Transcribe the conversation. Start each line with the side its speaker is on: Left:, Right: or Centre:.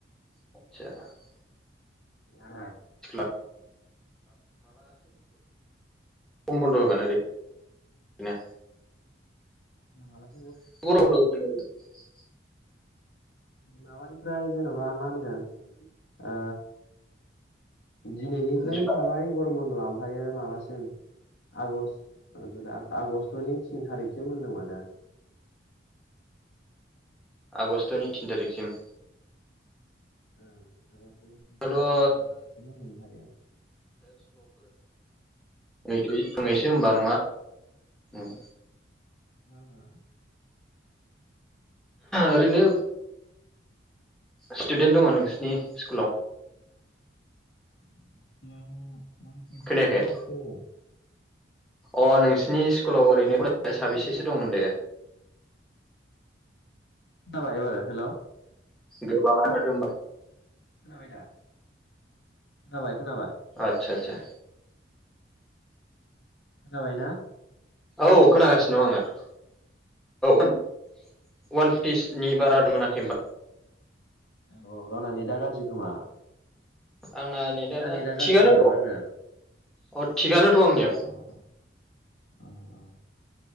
Centre: <unintelligible>
Left: <unintelligible>
Centre: <unintelligible> खमबनद होगोन ओरै बिनी
Left: <unintelligible>
Centre: <unintelligible>
Left: माबानिफ्राय जेन'बा मा होनगोन। आ दिनैनिफ्राय
Centre: जुलाइ
Left: थाबाय गरम बधआ। थफायो माबासिम। आगषट आगष्टनि थिन थारिखसो होनदोंमोना दा।
Centre: आगष्टनि थिन थारिखसिम।
Left: <unintelligible>
Centre: दाथ' ओ
Left: <unintelligible>
Centre: <unintelligible> होनबा नंङा उम।
Left: <inaudible>
Centre: ओरैनो स्टुदेन्ट दंङ नोंसिनि। स्कुलाव।
Left: स्कुलाव अवान परति
Centre: खोनायाखै
Left: प्लास दंङ।
Centre: अ नोंसिनि स्कुलाव ओरैनो
Left: एकस'
Centre: फरायसाया
Left: सल्लिसनि
Centre: साबेसेसो
Left: बारा
Centre: दं
Left: होनदां
Centre: होनदो?
Left: खोनाबाय एबार हेल'?
Centre: गोबांङानो माथो होनबा।
Left: खोनाबाय दा खोनाबाय खोनाबाय।
Centre: आदसा आदसा।
Left: खोनाबायना?
Centre: औ खोनागासिनो दं आंङो औ। अवान फटिसनि बारा दं होनाखै ओमबा?
Left: औ गावना नेदा गाज्रि खोमा।
Centre: आंना नेदा
Left: नोंना नेटआ गाज्रिथार
Centre: थिगानो
Left: नामा
Centre: दं।
Left: होनदों
Centre: अ थिगानोथ'
Left: अ
Centre: आंनिया।
Left: अ अ अ